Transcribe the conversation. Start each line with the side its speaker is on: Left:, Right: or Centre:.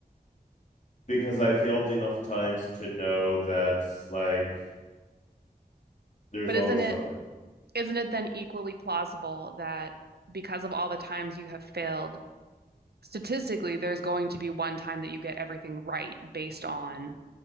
Left: <laughs> because I failed enough times to know that, like, there's
Right: But
Left: always
Right: isn't it
Left: something.
Right: isn't it then equally plausible that because of all the times you have failed, statistically, there's going to be one time that you get everything right based on